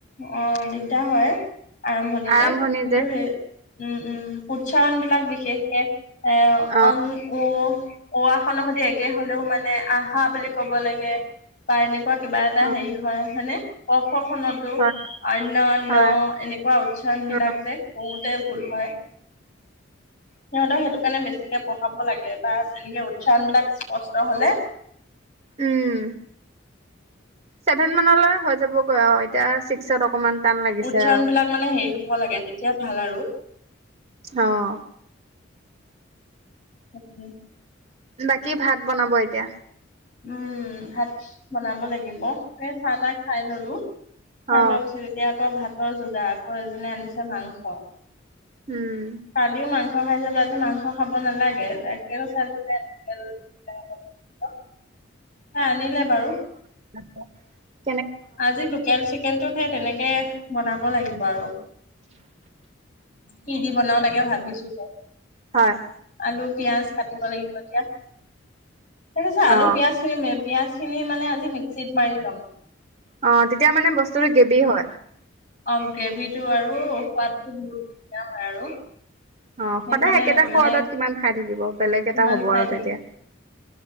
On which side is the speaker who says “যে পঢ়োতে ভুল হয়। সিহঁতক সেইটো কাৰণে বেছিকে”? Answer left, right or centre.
Left